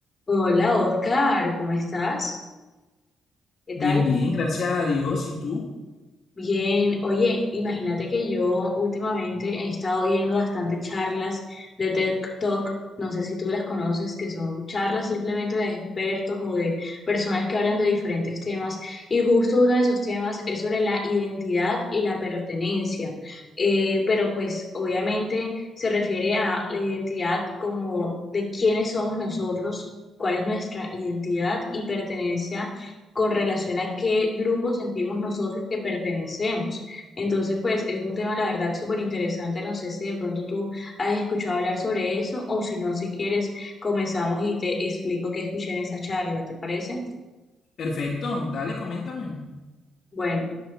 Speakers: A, on the left; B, on the left.
A: Hola Oscar, ¿cómo estás? ¿Qué
B: Bien,
A: tal?
B: bien, gracias a Dios. ¿Y tú?
A: Bien, oye, imagínate que yo últimamente he estado viendo bastante charlas de TED talk. no sé si tú las conoces, que son charlas simplemente de expertos o de personas que hablan de diferentes temas, y justo uno de esos temas es sobre la identidad y la pertenencia, Eh, pero pues obviamente se refiere a la identidad como de quiénes somos nosotros, cuál es nuestra identidad y pertenencia con relación a qué grupo sentimos nosotros que pertenecemos. Entonces, pues es un tema, la verdad, súper interesante. No sé si de pronto tú has escuchado hablar sobre eso o si no, si quieres, comenzamos y te explico qué escuché en esa charla, ¿te parece?
B: Perfecto, dale, coméntame.
A: Bueno.